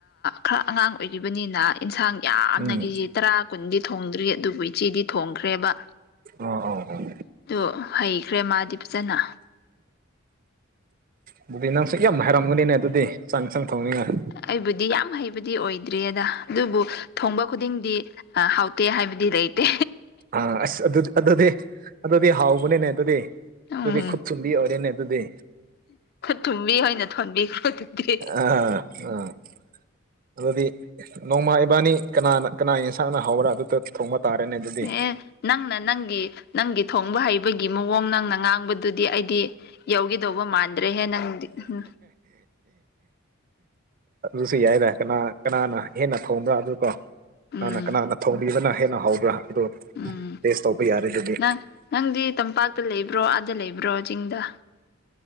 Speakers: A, on the left (about 50°); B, on the right (about 45°).
A: ꯈꯔ ꯑꯉꯥꯡ ꯑꯣꯏꯈꯤꯕꯅꯤꯅ ꯏꯟꯁꯥꯡ ꯌꯥꯝꯅ
B: ꯎꯝ
A: ꯀꯦꯖꯤ ꯇꯔꯥ ꯀꯨꯟꯗꯤ ꯊꯣꯡꯗ꯭ꯔꯤ ꯑꯗꯨꯕꯨ ꯏꯆꯦꯗꯤ ꯊꯣꯡꯈ꯭ꯔꯦꯕ
B: ꯑꯥ ꯑꯥ ꯑꯥ
A: ꯑꯗꯨ ꯍꯩꯈ꯭ꯔꯦ ꯃꯥꯗꯤ ꯐꯖꯅ
B: ꯑꯗꯨꯗꯤ ꯅꯪꯁꯨꯛ ꯌꯥꯝ ꯍꯥꯏꯔꯝꯒꯅꯤꯅꯦ ꯑꯗꯨꯗꯤ ꯆꯥꯛ ꯏꯟꯁꯥꯡ ꯊꯣꯡꯅꯤꯡꯉꯥꯏ
A: ꯑꯩꯕꯨꯗꯤ ꯌꯥꯝ ꯍꯩꯕ ꯍꯥꯏꯕꯗꯤ ꯑꯣꯏꯗ꯭ꯔꯤ ꯑꯗ ꯑꯗꯨꯕꯨ ꯊꯣꯡꯕ ꯈꯨꯗꯤꯡꯗꯤ ꯍꯥꯎꯇꯦ ꯍꯥꯏꯕꯗꯤ ꯂꯩꯇꯦ
B: ꯑ ꯑꯁ ꯑꯗꯨꯗꯤ ꯑꯗꯨꯗꯤ ꯑꯗꯨꯗꯤ ꯍꯥꯎꯕꯅꯦꯅꯦ ꯑꯗꯨꯗꯤ
A: ꯎꯝ
B: ꯑꯗꯨꯗꯤ ꯈꯨꯠ ꯊꯨꯝꯗꯤ ꯑꯣꯏꯔꯦꯅꯦ ꯑꯗꯨꯗ
A: ꯊꯨꯝꯕꯤ ꯑꯣꯏꯅ ꯊꯣꯟꯕꯤꯈ꯭ꯔꯣ ꯑꯗꯨꯗꯤ
B: ꯑ ꯑꯥ ꯑꯗꯨꯗꯤ ꯅꯣꯡꯃꯥ ꯏꯕꯥꯅꯤ ꯀꯅꯥꯅ ꯀꯅꯥ ꯌꯦꯟꯁꯥꯡꯅ ꯍꯧꯔ꯭ꯔꯥ ꯑꯗꯨꯗ ꯊꯣꯡꯕ ꯇꯥꯔꯦꯅꯦ ꯑꯗꯨꯗꯤ
A: ꯑꯦ ꯅꯪꯅ ꯅꯪꯒꯤ ꯅꯪꯒꯤ ꯊꯣꯡꯕ ꯍꯩꯕꯒꯤ ꯃꯑꯣꯡ ꯅꯪꯅ ꯉꯥꯡꯕꯗꯨꯗꯤ ꯑꯩ ꯑꯩꯗꯤ ꯌꯧꯒꯗꯧꯕ ꯃꯥꯟꯗ꯭ꯔꯦꯍꯦ ꯅꯪꯗꯤ ꯎ
B: ꯑꯗꯨ ꯌꯥꯏ ꯔ ꯀꯅ ꯀꯅꯥꯅ ꯍꯦꯟꯅ ꯊꯣꯡꯕ꯭ꯔꯥ ꯑꯗꯨ ꯀꯣ
A: ꯎꯝ
B: ꯃꯥꯅ ꯀꯅꯥꯅ ꯊꯣꯡꯕꯤꯕꯅ ꯍꯦꯟꯅ ꯍꯧꯕ꯭ꯔꯥ ꯑꯗꯨ
A: ꯎꯝ
B: ꯇꯦꯁ ꯇꯧꯕ ꯌꯥꯔꯦ ꯑꯗꯨꯗꯤ
A: ꯅꯪ ꯅꯪꯗꯤ ꯇꯝꯄꯥꯛꯇ ꯂꯩꯕ꯭ꯔꯣ ꯑꯥꯗ ꯂꯩꯕ꯭ꯔꯣ ꯆꯤꯡꯗ